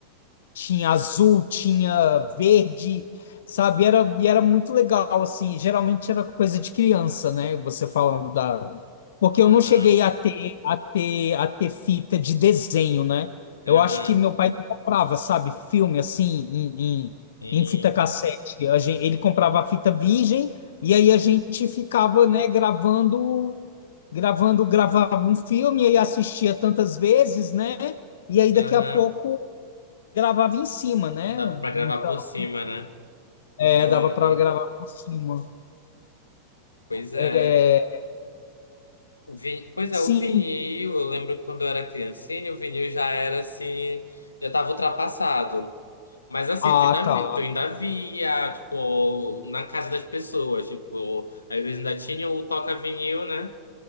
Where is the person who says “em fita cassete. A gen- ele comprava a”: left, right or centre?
Left